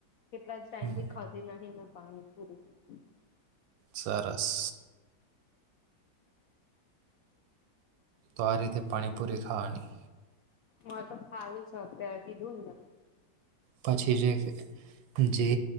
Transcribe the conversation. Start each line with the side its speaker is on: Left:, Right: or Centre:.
Left: કેટલા જ ટાઈમ
Right: હમ,
Left: થી ખધી નહી મેં પાણી પૂરું.
Right: સરસ. તોરીને પાણી પૂરી ખાવાની.
Left: હ તો ખાવી છ અત્યારે કીધું ને.
Right: પછી જે જે